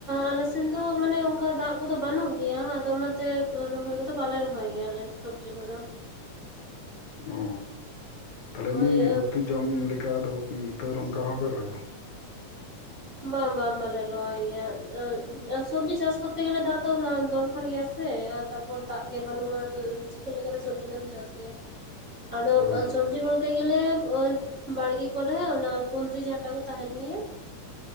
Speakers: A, on the right (about 55°); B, on the left (about 75°).
A: ᱟᱞᱮ ᱥᱮᱱ ᱫᱚ ᱢᱟᱱᱮ ᱚᱱᱠᱟ ᱫᱟᱜ ᱠᱚᱫᱚ ᱵᱟᱹᱱᱩᱜ ᱜᱮᱭᱟ ᱟᱫᱚ ᱚᱱᱟ ᱛᱮ ᱨᱚᱦᱚᱭ ᱠᱚᱫᱚ ᱵᱟᱞᱮ ᱨᱚᱦᱚᱭ ᱜᱮᱭᱟ ᱞᱮ ᱥᱚᱵᱽᱡᱤ ᱠᱚᱫᱚ
B: ᱚ ᱛᱟᱞᱦᱮ
A: ᱳᱭ
B: ᱮᱢᱱᱤ ᱩᱛᱩ ᱡᱚᱢ ᱞᱮᱠᱟ ᱫᱚ ᱛᱟᱣ ᱨᱮᱦᱚᱸ ᱚᱱᱠᱟ ᱵᱟᱝ ᱯᱮ ᱨᱚᱦᱚᱭᱟ
A: ᱵᱟᱝ ᱵᱟᱝ ᱵᱟᱞᱮ ᱨᱚᱦᱚᱭ ᱜᱮᱭᱟ ᱥᱚᱵᱽᱡᱤ ᱪᱟᱥ ᱠᱚᱨ ᱛᱮ ᱜᱮᱞᱮ ᱫᱟᱜ ᱫᱚ ᱫᱚᱨᱠᱟᱨ ᱜᱮᱭᱟ ᱥᱮ ᱟᱨ ᱛᱟᱯᱚᱨ ᱛᱟᱨᱯᱚᱨ ᱫᱟᱜ ᱜᱮ ᱵᱟᱹᱱᱩᱜᱼᱟ ᱛᱚ ᱪᱤᱠᱟᱹ ᱞᱮᱠᱟ ᱨᱮ ᱥᱚᱵᱡᱤ ᱫᱚᱢ ᱪᱟᱥ ᱜᱮᱭᱟ ᱟᱫᱚ
B: ᱦᱳᱭ ᱦᱳᱭ
A: ᱥᱚᱵᱡᱤ ᱵᱚᱞ ᱛᱮ ᱜᱮᱞᱮ ᱳᱭ ᱵᱟᱲᱜᱮ ᱠᱚᱨᱮ ᱚᱱᱟ ᱠᱩᱸᱫᱽᱨᱤ ᱡᱷᱟᱴᱟ ᱠᱚ ᱛᱟᱦᱮᱱ ᱜᱮᱭᱟ ᱾